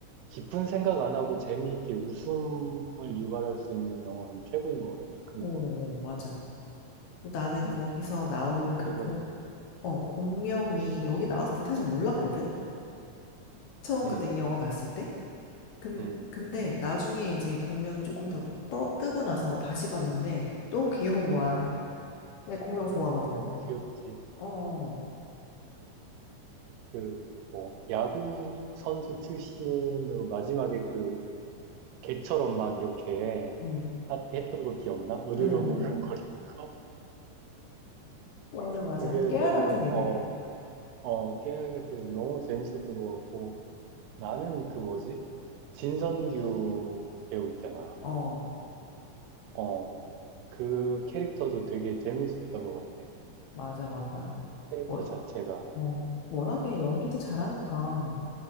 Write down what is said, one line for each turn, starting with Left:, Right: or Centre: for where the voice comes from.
Right: 깊은 생각 안 하고 재미있게 웃음을 유발할 수 있는 영화로는 최고인 것 같아, 극한
Left: 오,
Right: 직업이.
Left: 맞아. 나는
Right: 음,
Left: 거기서 나온 그
Right: 그래가지고,
Left: 공, 어, 공명이 여기 나왔을 땐 사실 몰랐거든? 처음
Right: 음,
Left: 그때 이 영화 봤을 때? 근데,
Right: 음,
Left: 근데 나중에 이제 공명이 조금 더 떠, 뜨고 나서 다시 봤는데 너무 귀여운 거야. 내 공명
Right: 어,
Left: 좋아하거든.
Right: 귀엽지.
Left: 어,
Right: 그, 뭐, 야구 선수 출신으로 마지막에 그, 개처럼 막 이렇게
Left: 음,
Right: 하- 했던 거 기억나? 으르렁으르렁
Left: 음.
Right: <laughs> 거리는 거?
Left: 맞아, 맞아.
Right: 그게
Left: 그 깨알
Right: 너무,
Left: 같아, 되게.
Right: 어, 어, 깨알 같아. 너무 재밌었던 것 같고, 나는 그 뭐지? 진선규 배우 있잖아.
Left: 어,
Right: 어, 그 캐릭터도 되게 재미있었던 것 같아.
Left: 맞아, 맞아.
Right: 캐릭터
Left: 워,
Right: 자체가.
Left: 어, 워낙에 연기도 잘하니까.